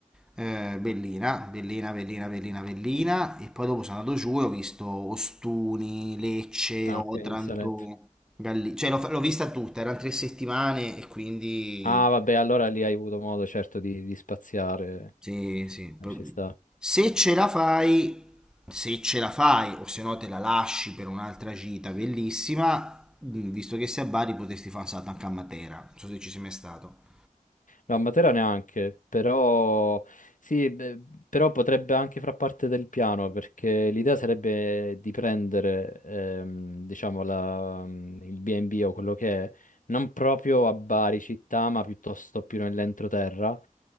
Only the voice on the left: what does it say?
Ah,
ok, in Salento.
Ah, vabbè, allora lì hai avuto modo certo di, di spaziare.
Eh,
Ci sta.
No, a Matera neanche, però sì, beh, però potrebbe anche far parte del piano perché l'idea sarebbe di prendere, ehm, diciamo, la- mm, il B&B o quello che è, non proprio a Bari città, ma piuttosto più nell'entroterra,